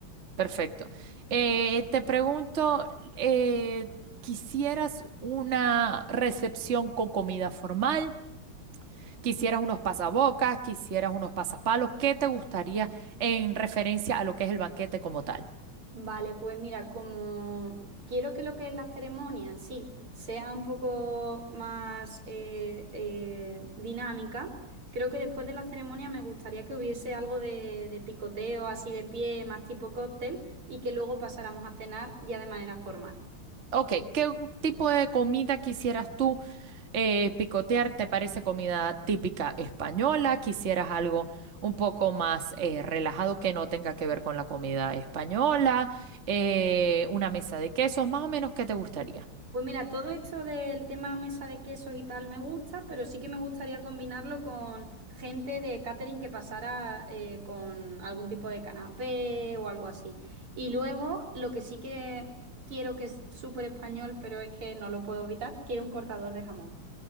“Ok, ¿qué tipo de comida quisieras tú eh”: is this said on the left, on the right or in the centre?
Right